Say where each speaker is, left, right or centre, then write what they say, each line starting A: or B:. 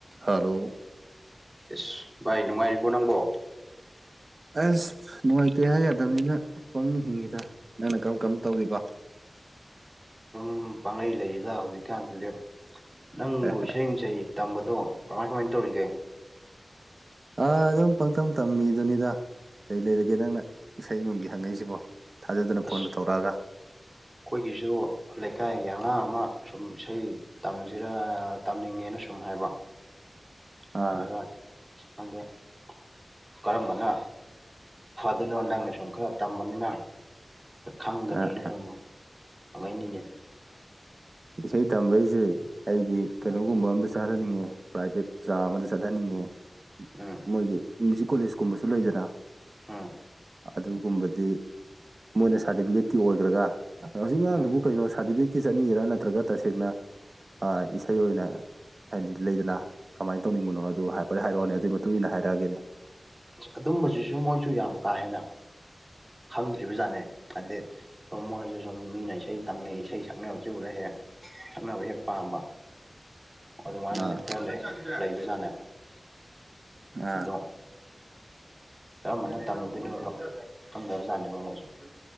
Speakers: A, on the right; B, on the right.
A: Hello
B: ꯑꯁ ꯚꯥꯏ ꯅꯨꯡꯉꯥꯏꯔꯤꯕꯣ ꯅꯪꯕꯣ
A: ꯑꯁ ꯅꯨꯡꯉꯥꯏꯇꯦ ꯍꯥꯏ ꯌꯥꯗꯕꯅꯤꯅ ꯄꯪꯍꯤꯡ ꯍꯤꯡꯉꯤꯗ ꯅꯪꯅ ꯀꯔꯝ ꯀꯔꯝ ꯇꯧꯔꯤꯕ
B: ꯎꯝ ꯄꯥꯡꯂꯩ ꯂꯩꯔꯤꯗ ꯍꯧꯖꯤꯛꯀꯥꯟꯁꯤꯗꯤ ꯅꯪꯕꯨ
A: ꯑꯦ
B: ꯏꯁꯩ ꯅꯨꯡꯁꯩ ꯇꯝꯕꯗꯣ ꯀꯃꯥꯏ ꯀꯃꯥꯏ ꯇꯧꯔꯤꯒꯦ
A: ꯑꯥ ꯑꯗꯨꯝ ꯄꯪꯇꯝ ꯇꯝꯃꯤꯗꯨꯅꯤꯗ ꯀꯩ ꯂꯩꯔꯒꯦ ꯅꯪꯅ ꯏꯁꯩ ꯅꯣꯡꯒꯤ ꯍꯪꯉꯛꯏꯁꯤꯕꯣ ꯊꯥꯖꯗꯅ
B: ꯑꯁ
A: ꯐꯣꯟꯒ ꯊꯧꯔꯛꯑꯒ
B: ꯑꯩꯈꯣꯏꯒꯤꯁꯨ ꯂꯩꯀꯥꯏꯒꯤ ꯑꯉꯥꯡ ꯑꯃ ꯁꯨꯝ ꯏꯁꯩ ꯇꯝꯁꯤꯔ ꯇꯝꯅꯤꯡꯉꯦꯅ ꯁꯨꯝ ꯍꯥꯏꯕ
A: ꯑꯥ
B: <inaudible> ꯀꯔꯝꯕꯅ ꯐꯗꯣꯏꯅꯣ ꯅꯪꯅ ꯁꯨꯝ ꯈꯔ ꯇꯝꯕꯅꯤꯅ ꯈꯪꯒꯅꯤꯅ
A: ꯑꯥ
B: ꯁꯨꯝ ꯍꯪꯉꯥꯡꯢꯅꯤꯅꯦ
A: ꯏꯁꯩ ꯇꯝꯕꯩꯁꯦ ꯑꯩꯗꯤ ꯀꯩꯅꯣꯒꯨꯝꯕ
B: ꯎꯝ
A: ꯑꯃꯗ ꯆꯠꯍꯟꯅꯤꯡꯉꯦ ꯄ꯭ꯔꯥꯏꯚꯦꯠ ꯑꯣꯖꯥ ꯑꯃꯗ ꯆꯠꯍꯟꯅꯤꯡꯉꯦ
B: ꯑꯥꯝ
A: ꯃꯣꯏꯒꯤ ꯃ꯭ꯌꯨꯖꯤꯛ ꯀꯣꯂꯦꯖꯀꯨꯝꯕꯁꯨ ꯂꯩꯗꯅ
B: ꯎꯝ
A: ꯑꯗꯨꯒꯨꯝꯕꯗꯤ ꯃꯣꯏꯅ ꯁꯥꯔꯇꯤꯐꯤꯀꯦꯠꯀꯤ ꯑꯣꯏꯈ꯭ꯔꯒ ꯍꯧꯖꯤꯛ
B: ꯎꯝ
A: ꯑꯉꯥꯡꯗꯨꯕꯨ ꯀꯩꯅꯣ ꯁꯥꯔꯇꯤꯐꯤꯀꯦꯠꯀꯤ ꯆꯠꯅꯤꯡꯉꯤꯔꯥ ꯅꯠꯇ꯭ꯔꯒ ꯇꯁꯦꯡꯅ ꯑ ꯏꯁꯩ ꯑꯣꯏꯅ ꯍꯥꯏꯗꯤ ꯂꯩꯗꯅ ꯀꯃꯥꯏꯅ ꯇꯧꯅꯤꯡꯕꯅꯣ ꯑꯗꯨ ꯍꯥꯏꯐꯦꯠ ꯍꯥꯏꯔꯛꯑꯣꯅꯦ ꯑꯗꯨꯒꯤ ꯃꯇꯨꯡ ꯢꯟꯅ ꯍꯥꯏꯔꯛꯑꯒꯦꯅꯦ
B: ꯑ ꯑꯗꯨꯨꯝꯕꯁꯤꯁꯨ ꯃꯣꯏꯁꯨ ꯌꯥꯝ ꯀꯥ ꯍꯦꯟꯅ ꯈꯪꯗ꯭ꯔꯤꯕ ꯖꯥꯠꯅꯦ ꯍꯥꯏꯗꯤ ꯁꯨꯝ ꯃꯣꯏꯁꯨ ꯁꯨꯝ ꯃꯤꯅ ꯏꯁꯩ ꯇꯝꯅꯩ ꯏꯁꯩ ꯁꯛꯅꯕꯁꯨ ꯎꯔ ꯍꯦꯛ ꯁꯥꯛꯅꯕ ꯍꯦꯠ ꯄꯝꯕ ꯑꯗꯨꯃꯥꯏꯅꯅꯦ
A: ꯑꯥ
B: ꯈꯔ ꯂꯩꯕꯖꯥꯠꯅꯦ
A: ꯑꯥ
B: ꯑꯗꯣ ꯀꯔꯝꯕꯅ ꯇꯝꯗꯣꯏꯅꯣꯗꯣ ꯈꯪꯗꯕꯖꯥꯠꯅꯦꯕ ꯃꯣꯏꯁꯨ